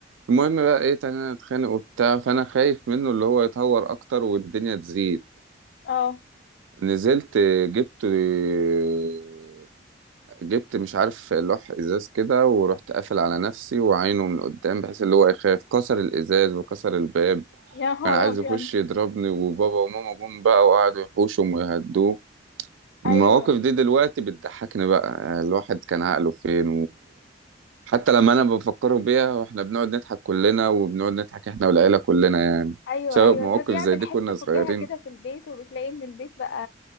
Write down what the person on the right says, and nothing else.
المهم بقى ايه تاني نتخانق وبتاع فانا خايف منه اللي هو يتهور اكتر والدنيا تزيد
نزلت جبت آه، جبت مش عارف لوح ازاز كده ورحت قافل على نفسي وعينه من قدام بحيث اللي هو يخاف كسر الازاز وكسر الباب
كان عايز
يخش يضربني وبابا وماما جم بقى وقعدوا يحوشهم ويهدوه المواقف
دي دلوقتي بتضحكني بقى الواحد كان عقله فين وحتى لما انا بفكره بيها واحنا بنقعد نضحك كلنا وبنقعد نضحك احنا والعيلة كلنا يعني
بسبب
مواقف
زي دي
كنا
صغيرين